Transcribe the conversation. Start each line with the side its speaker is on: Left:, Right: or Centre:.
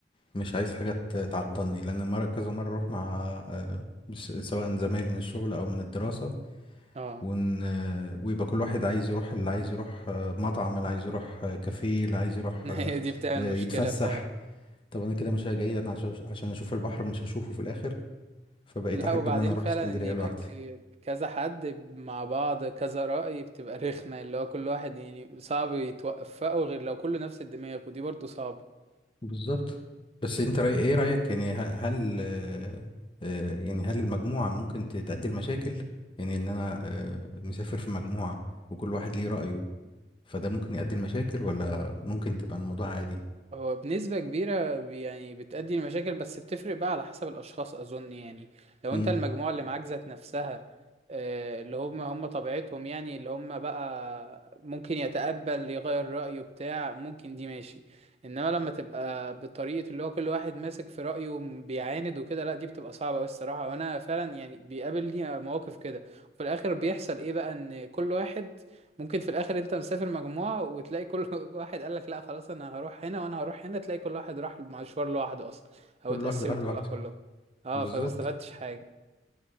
Left: مش عايز حاجة ت- تعطلني لأن مرة كذا مرة أروح مع آه، س- سواء زمايل من الشغل أو من الدراسة
Right: اه
Left: ون... آه، ويبقى كل واحد عايز يروح اللي عايز يروح آه، مطعم اللي عايز يروح آه، كافيه اللي عايز يروح
Right: <laughs> هي
Left: آه،
Right: دي بتعمل
Left: آه،
Right: مشكلة
Left: يتفسح
Right: فعلا
Left: طب أنا كده مش جاي أنا عشان عشان أشوف البحر مش هشوفه في الآخر فبقيت
Right: لا
Left: أحب
Right: وبعدين
Left: إن أنا أروح
Right: فعلا
Left: اسكندرية
Right: ان يبقى
Left: لوحدي
Right: ك- كذا حد مع بعض كذا رأي بتبقى رخمة اللي هو كل واحد يعني صعب يتوفقوا غير لو كله نفس الدماغ ودي برضو صعبة
Left: بالظبط بس أنت رأي إيه رأيك يعني ه- هل آه، آه، يعني هل المجموعة ممكن تتأدي المشاكل يعني إن أنا آه، مسافر في مجموعة وكل واحد ليه رأيه فده ممكن يؤدي لمشاكل ولا ممكن تبقى الموضوع عادي
Right: هو بنسبة كبيرة بي- يعني بتأدي لمشاكل بس بتفرق بقى على حسب الأشخاص أظن يعني لو
Left: مم.
Right: أنت المجموعة اللي معاك ذات نفسها آه، اللي هم هم طبيعتهم يعني اللي هم بقى ممكن يتقبل يغير رأيه بتاع ممكن دي ماشي إنما لما تبقى بالطريقة اللي هو كل واحد ماسك في رأيه بيعاند وكده لا دي بتبقى صعبة أوي الصراحة وأنا فعلا يعني بيقابلني مواقف كده وفي الآخر بيحصل إيه بقى إن كل واحد ممكن في الاخر انت مسافر مجموعة وتلاقي كل <laughs> واحد قال لك لا خلاص انا هروح هنا وانا هروح هنا تلاقي كل واحد راح مشوار لوحده اصلا او
Left: كل
Right: اتقسمتوا
Left: واحد راح لوحده
Right: بقى كلكم اه
Left: بالظبط
Right: فما استفدتش حاجة